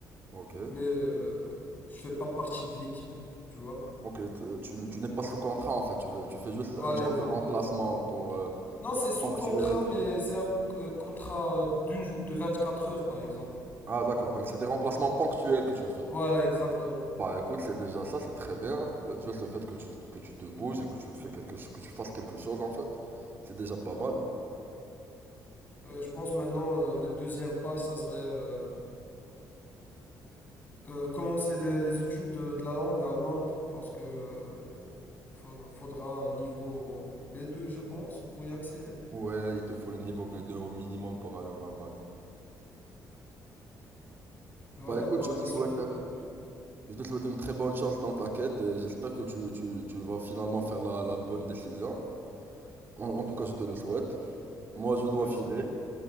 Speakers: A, on the right; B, on the left.
A: Ok.
B: Mais euh, je fais pas partie de l'équipe, tu vois.
A: Ok, t- euh, tu, tu n'es pas sous contrat en fait, tu veux, tu fais juste
B: Voilà,
A: un genre
B: exactement.
A: de remplacement pour euh,
B: Non, c'est sous
A: ponctuel.
B: contrat, mais c'est un euh, contrat euh, d'une, de quatre heures, par exemple.
A: Ah d'accord, donc c'est des remplacements ponctuels que tu fais.
B: Voilà, exactement.
A: Bah écoute, c'est déjà ça, c'est très bien. Euh, Juste le fait que tu, que tu te bouges et que tu fais quelque, cho- que tu fasses quelque chose en fait, c'est déjà pas mal.
B: Euh, je pense maintenant, euh, le deuxième pas, ça serait euh, euh, commencer les, les études de, de la langue allemande, parce que euh, fa- faudra un niveau B2, je pense, pour y accéder.
A: Ouais, il te faut le niveau B2 au minimum pour aller en Allemagne.
B: Voilà,
A: Bah Ouais. écoute,
B: et par
A: je te
B: la
A: souhaite,
B: suite,
A: hein.
B: euh,
A: je te souhaite une très bonne chance dans ta quête et j'espère que tu, tu- tu vas finalement faire la, la bonne décision. En, en tout cas, je te le souhaite. Moi, je dois
B: merci
A: filer.
B: beaucoup.